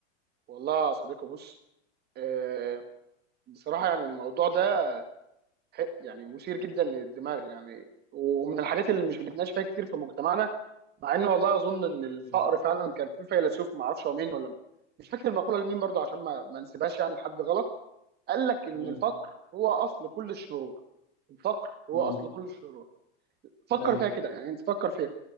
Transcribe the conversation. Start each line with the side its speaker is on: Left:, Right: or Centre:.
Right: والله يا صديقي بص آه بصراحه يعني الموضوع ده ح- يعني مثير جدا للدماغ يعني ومن الحاجات اللي مش بنتناقش فيها كتير في مجتمعنا مع انه والله اظن ان الفقر
Left: مم،
Right: فعلا كان في فيلسوف ما اعرفش هو مين ولا مش فاكر المقوله لمين برضه عشان ما ما نسيبهاش يعني لحد غلط قال لك ان
Left: مم،
Right: الفقر هو اصل كل الشرور الفقر هو
Left: مم،
Right: اصل كل الشرور فكر
Left: ايوه
Right: فيها كده يعني انت فكر فيها